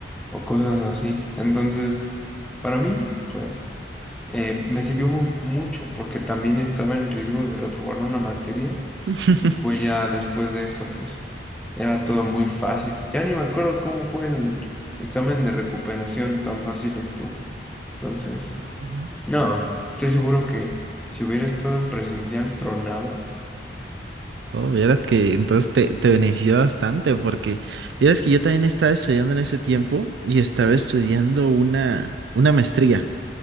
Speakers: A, in the centre; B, on the right (about 80°).
A: o cosas así. Entonces, para mí, pues eh, me sirvió muy mucho porque también estaba en riesgo de reprobar una materia
B: <laughs>
A: y pues ya después de eso, pues era todo muy fácil. Ya ni me acuerdo cómo fue el examen de recuperación, tan fácil estuvo. Entonces,
B: Ajá.
A: no, estoy seguro que si hubiera estado en presencial, tronaba.
B: Oh, vieras que entonces te, te benefició bastante porque vieras que yo también estaba estudiando en ese tiempo y estaba estudiando una, una maestría.